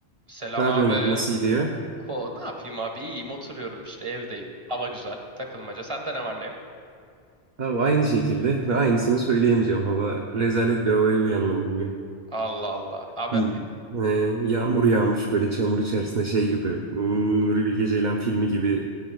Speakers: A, on the right; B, on the right.
A: Selam
B: Ne yapıyorsun
A: abi.
B: abi nasıl gidiyor?
A: O ne yapayım abi? İyiyim, oturuyorum işte evdeyim. Hava güzel, takılmaca. Sende ne var ne yok?
B: Abi aynı şekilde ve aynısını söyleyemeyeceğim. Hava rezalet bir havaya uyandım bugün.
A: Allah Allah. Abi
B: Y- e, yağmur yağmış böyle çamur içerisinde şey gibi. hmm, Nuri Bilge Ceylan filmi gibi